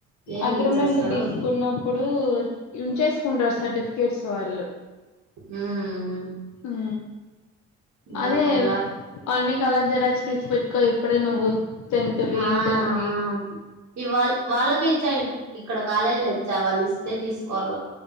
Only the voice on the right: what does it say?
ఏంలు
ఇచ్చేస్తారు
ఉమ్
ఇంకా
కోమలా
ఆ
ఆ
ఇవ్వాల్ వాళ్ళకే ఇచ్చా ఇక్కడ కాలేజీలో ఇచ్చా వాళ్లిస్తే తీసుకోవాల